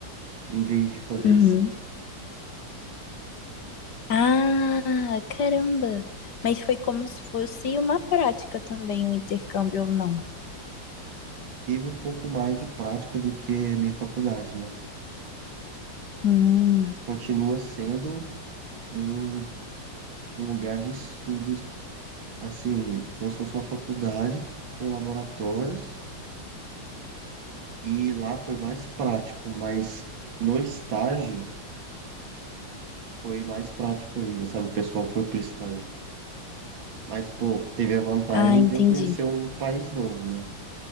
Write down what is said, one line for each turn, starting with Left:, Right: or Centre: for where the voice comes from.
Right: Em vez de fazer
Left: Uhum.
Right: isso.
Left: Ah, caramba! Mas foi como se fosse uma prática também, um intercâmbio ou não?
Right: Teve um pouco mais de prática do que a minha faculdade, né?
Left: Hum.
Right: Mas continua sendo um, um lugar de estudos, assim, como se fosse uma faculdade com laboratórios. E lá foi mais prático, mas no estágio. Foi mais prático ainda, sabe? O pessoal foi pro estágio. Mas, pô, teve a vantagem
Left: Ah, entendi.
Right: de eu conhecer um país novo, né?